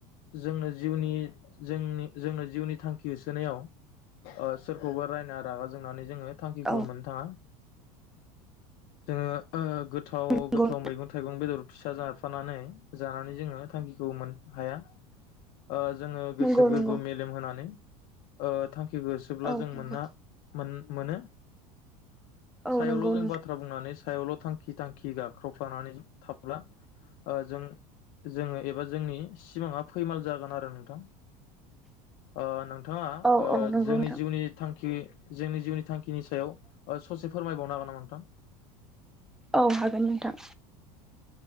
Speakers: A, on the left (about 55°); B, in the centre.
A: जोंनो जिउनि जोंनि जोंनो जिउनि थांखि होसोनायाव ओ सोरखौबा रायना रागा जोंनानै जोङो थांखिखौ
B: औ
A: मोननो थाङा। जोङो ओ गोथाव
B: नंगौ
A: गोथाव मैगं थाइगं बेदर फिसा जा फानानै जानानै जोङो थांखिखौ मोन हाया ओ जोङो
B: नंगौ
A: गोसो गोरबो
B: नंगौ
A: मेलेम होनानै। ओ थांखिबो जोबब्ला
B: औ
A: जों
B: नंगौ
A: मोनना मोन मोनो
B: औ
A: सायावल'
B: नंगौ
A: जों
B: नोंथां
A: बाथ्रा बुंनानै सायावल' थांखि थांखि गाब होख्रावफ्लानानै थाब्ला ओ जों जोङो एबा जोंनि सिमाङा फैमाल जागोन आरो नोंथां ओ नों थाङा
B: औ
A: ओ
B: औ नंगौ
A: जोंनि
B: नोंथां
A: जि थांखि जोंनि जिउनि थांखिनि सायाव ओ ससे फोरमायबावनो हागोन नामा नोंथां?
B: औ हागोन नोंथां